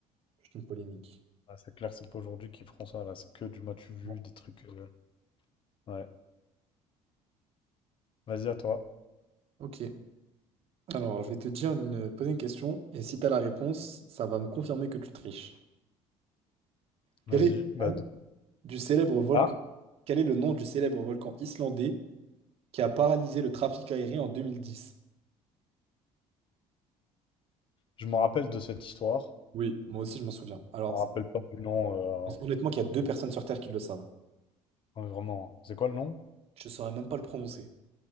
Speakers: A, on the right; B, on the left.
A: Juste une polémique.
B: Ouais, c'est clair, c'est pas aujourd'hui qu'ils feront ça, là. C'est que du matu vu,
A: Bon.
B: des trucs. euh, Ouais. Vas-y, à toi.
A: Ok. Alors, je vais te dire une, poser une question. Et si tu as la réponse, ça va me confirmer que tu triches. Quel
B: Vas-y,
A: est
B: bah de-
A: du célèbre volcan.
B: Ah,
A: Quel est le nom du célèbre volcan islandais qui a paralysé le trafic aérien en deux mille dix
B: je me rappelle de cette histoire.
A: Oui, moi aussi je m'en souviens. Alors,
B: Je me
A: c'est-
B: rappelle pas du nom.
A: honnêtement
B: euh,
A: qu'il y a deux personnes sur Terre qui le savent.
B: ouais, vraiment. C'est quoi le nom?
A: Je saurais même pas le prononcer.